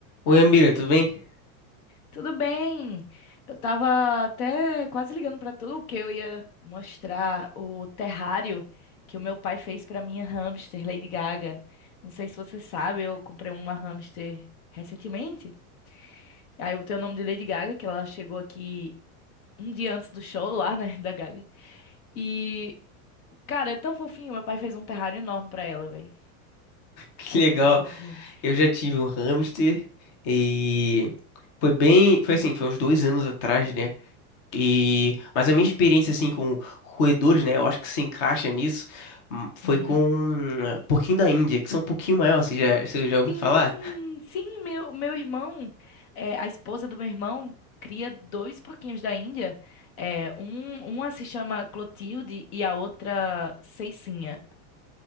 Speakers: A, on the left (about 35°); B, on the left (about 70°).
A: Oi, amiga, tudo bem? <laughs>
B: Tudo bem? Eu tava até quase ligando pra tu, porque eu ia mostrar o terrário que o meu pai fez pra minha hamster Lady Gaga. Não sei se você sabe, eu comprei uma hamster recentemente. Aí eu tenho o nome de Lady Gaga, que ela chegou aqui um dia antes do show lá, né, da Gaga. E, cara, é tão fofinho. Meu pai fez um terrário enorme pra ela, velho.
A: Que
B: É
A: legal.
B: muito fofinho.
A: Eu já tive um hamster e foi bem, foi assim, foi uns dois anos atrás, né? E mas a minha experiência assim com roedores, né? Eu acho que se encaixa nisso. hum, Foi
B: Uhum.
A: com um pouquinho da Índia, que são um pouquinho maior. Você já, você já ouviu
B: Sim,
A: falar?
B: sim, meu, meu irmão, é, a esposa do meu irmão cria dois porquinhos da Índia. É, um, uma se chama Clotilde e a outra Ceicinha.